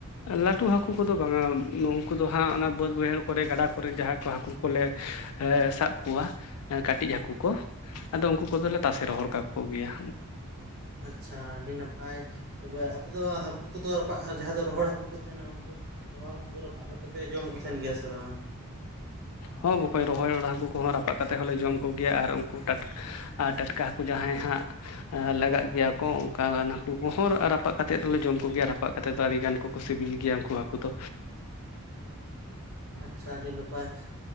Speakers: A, on the left; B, on the right.
A: ᱞᱟᱹᱴᱩ ᱦᱟᱹᱠᱩ ᱠᱚᱫᱚ ᱵᱟᱝᱼᱟ ᱩᱱᱠᱩ ᱫᱚ ᱦᱟᱸᱜ ᱚᱱᱟ ᱵᱟᱹᱫᱽ ᱵᱟᱹᱭᱦᱟᱹᱲ ᱠᱚᱨᱮᱜ ᱜᱟᱰᱟ ᱠᱚᱨᱮ ᱡᱟᱦᱟᱸ ᱠᱚ ᱦᱟᱹᱠᱩ ᱠᱚᱞᱮ ᱦᱮᱸ ᱥᱟᱵ ᱠᱚᱣᱟ ᱠᱟᱹᱴᱤᱡ ᱦᱟᱹᱠᱩ ᱠᱚ ᱟᱫᱚ ᱩᱱᱠᱩ ᱠᱚᱫᱚᱞᱮ ᱛᱟᱥᱮ ᱨᱚᱦᱚᱲ ᱠᱟᱠᱚ ᱜᱮᱭᱟ
B: ᱟᱪᱪᱷᱟ ᱟᱹᱰᱤ ᱱᱟᱯᱟᱭ ᱛᱚᱵᱮ ᱟᱯᱮ ᱫᱚ ᱦᱟᱹᱠᱩ ᱠᱚᱫᱚ ᱨᱟᱯᱟᱜ ᱡᱟᱦᱟᱸ ᱫᱚ ᱨᱚᱦᱚᱲ ᱦᱟᱹᱠᱩ ᱠᱚ ᱛᱟᱦᱮᱱᱟ ᱩᱱᱠᱩ ᱨᱚᱦᱚᱲ ᱦᱟᱠᱩ ᱨᱟᱯᱟᱜ ᱠᱟᱛᱮ ᱯᱮ ᱡᱚᱢ ᱠᱚ ᱛᱟᱦᱮᱱ ᱜᱮᱭᱟ ᱥᱮ ᱵᱟᱝᱟ
A: ᱦᱚᱸ ᱵᱠᱚᱭ ᱨᱚᱦᱚᱭ ᱦᱠᱩ ᱠᱚᱦᱚᱸ ᱨᱟᱯᱟᱜ ᱠᱟᱛᱮᱫ ᱦᱚᱸᱞᱮ ᱡᱚᱢ ᱠᱚᱜᱮᱭᱟ ᱟᱨ ᱩᱱᱠᱩ ᱴᱟᱴᱠᱟ ᱟᱨ ᱴᱟᱴᱠᱟ ᱦᱟᱹᱠᱩ ᱡᱟᱦᱟᱸᱭ ᱦᱟᱸᱜ ᱞᱟᱜᱟᱜ ᱜᱮᱭᱟ ᱠᱚ ᱚᱱᱠᱟ ᱱᱟᱠᱩ ᱠᱚᱦᱚᱸ ᱨᱟᱯᱟᱜ ᱠᱟᱛᱮ ᱫᱚᱞᱮ ᱡᱚᱢ ᱠᱚᱜᱮᱭᱟ ᱨᱟᱯᱟᱜ ᱠᱟᱛᱮ ᱫᱚ ᱟᱹᱰᱤ ᱜᱟᱱ ᱠᱚᱠᱚ ᱥᱤᱵᱤᱞ ᱜᱮᱭᱟ ᱩᱱᱠᱩ ᱦᱟᱹᱠᱩ ᱫᱚ
B: <inaudible> ᱟᱪᱪᱷᱟ ᱟᱹᱰᱤ ᱱᱟᱯᱟᱭ